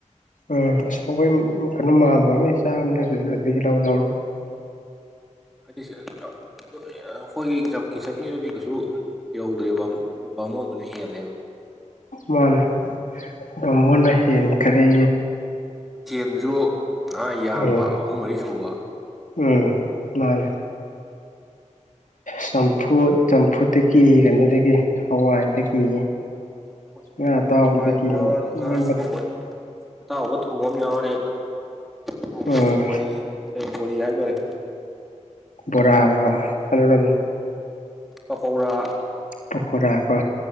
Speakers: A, on the left; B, in the centre.
A: ꯎꯝ ꯑꯁ ꯑꯩꯈꯣꯏ ꯀꯩꯅꯣ ꯃꯝꯃꯒ ꯂꯣꯏ ꯆꯥꯕꯅꯦ ꯑꯗꯨꯗꯤ ꯂꯧꯔ ꯂꯧꯔ
B: ꯍꯥꯏꯗꯤ ꯑꯩꯈꯣꯏꯒꯤ ꯀꯤꯠꯆꯟꯒꯤ ꯑꯣꯏꯅꯗꯤ ꯀꯩꯁꯨ ꯌꯧꯗ꯭ꯔꯦꯕ ꯃꯣꯗꯨꯅ ꯍꯂꯦꯣ
A: ꯃꯥꯅꯦ ꯕꯝꯕꯣꯅ ꯍꯦꯟ ꯈꯔꯦ
B: ꯅꯖ ꯅꯍꯥ ꯌꯥꯝꯕ
A: ꯎꯝ
B: ꯑꯍꯨꯝ ꯃꯔꯤ ꯁꯨꯕ
A: ꯎꯝ ꯃꯥꯅꯦ ꯆꯝꯐꯨ ꯆꯝꯐꯨꯗꯒꯤ ꯀꯩꯅꯣꯗꯒꯤ ꯍꯋꯥꯏꯗꯒꯤ
B: ꯆꯝꯐꯣꯠ
A: ꯉꯥ
B: ꯌꯥꯅꯤ
A: ꯑꯇꯥꯎꯕꯗꯒꯤ
B: ꯍꯋꯥꯏ ꯌꯥꯅꯤ
A: ꯎꯝ
B: ꯉꯥ ꯑꯇꯥꯎꯕ ꯑꯇꯥꯎꯕ ꯊꯣꯡ ꯑꯃ ꯌꯥꯅꯤ ꯊꯣꯡꯁꯨ
A: ꯎꯝ
B: ꯕꯣꯔꯤꯅꯤ ꯕꯣꯔꯤ ꯍꯥꯏꯇꯥꯔꯦ
A: ꯣꯔꯥ ꯑꯦꯟ
B: ꯄꯀꯧꯔꯥ
A: ꯄꯈꯔꯥꯒ